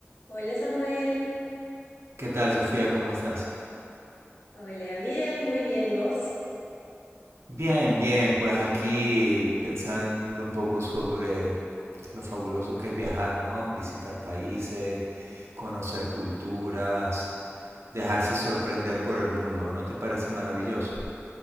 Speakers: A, on the left; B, on the right.
A: Hola Samuel,
B: ¿Qué tal, Sofía? ¿Cómo estás?
A: hola, bien, muy bien, ¿y vos?
B: Bien, bien, pues aquí pensando un poco sobre lo fabuloso que es viajar, ¿no? Visitar países, conocer culturas, dejarse sorprender por el mundo. ¿No te parece maravilloso?